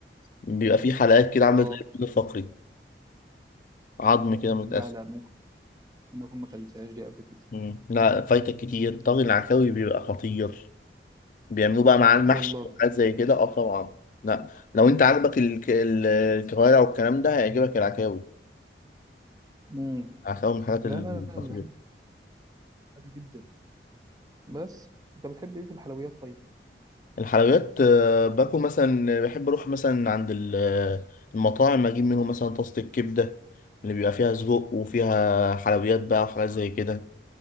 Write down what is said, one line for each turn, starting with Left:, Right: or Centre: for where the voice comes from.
Left: بيبقى فيه حلقات كده عامله
Right: اه
Left: زي الفقري عظم كده متقسم
Right: لا لا ممكن اكون ما اكلتهاش دي قبل كده
Left: مم. لا فايتك كتير طاجن العكاوي بيبقى خطير بيعملوه بقى مع المحشي
Right: والله
Left: وحاجات زي كده اه طبعا لا لو انت عاجبك الك- ال- الكوارع والكلام ده هيعجبك العكاوي
Right: امم
Left: العكاوي من الحاجات
Right: لا
Left: الخطيرة
Right: لا لا انا بحب الحلويات دي جدا بس انت بتحب ايه في الحلويات طيب
Left: الحلويات آه، باكل مثلا بحب اروح مثلا عند ال- آه، المطاعم اجيب منهم مثلا طاسة الكبدة اللي بيبقى فيها سجق وفيها حلويات بقى وحاجات زي كده